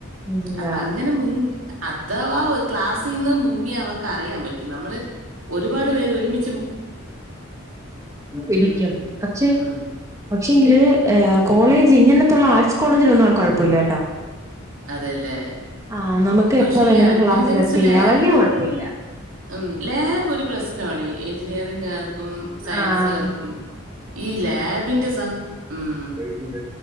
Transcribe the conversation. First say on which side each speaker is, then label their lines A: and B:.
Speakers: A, on the right; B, on the right.
A: ഇല്ല
B: അപ്പൊ അങ്ങനെ മു അഥവാ ക്ലാസ്സിൽന്ന് മുങ്ങി അവർക്ക് അറിയാൻ പറ്റും നമ്മള് ഒരുപാട് പേര് ഒരുമി
A: പിടിക്കും പക്ഷേ
B: ഉം
A: പക്ഷെങ്കില് കോളേജ് ഇങ്ങനത്തുള്ള ആർട്സ് കോളേജിലൊന്നും ആ കുഴപ്പമില്ല കേട്ടോ
B: അതെല്ലേ.
A: ആഹ നമുക്ക് എപ്പ
B: പക്ഷെ
A: വേണേങ്കിലും
B: ഈ അറ്റൻഡൻസ്
A: ക്ലാസ് കട്ട് ചെയ്യാം
B: ലാബും
A: വലിയ കുഴപ്പില്ല
B: ഉം ലാബ് ഒരു പ്രശ്നണ എഞ്ചിനീയർ ർക്കും സയൻസ്ുകർക്കും
A: ആഹ്
B: ഈ ലാബിന്റെ ഉം.
A: കക്ക ര